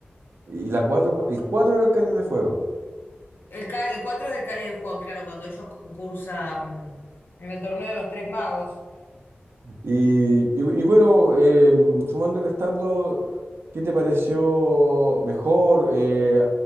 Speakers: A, on the right (about 85°); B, on the left (about 60°).
A: Y la 4 el cuatro era el Cáliz de Fuego.
B: El, ca- el 4 es del Cáliz de Fuego, claro, cuando ellos concursan mm, en el torneo de los Tres Magos.
A: Y, y- y bueno, eh, sumando y restando, ¿qué te pareció mejor? Eh,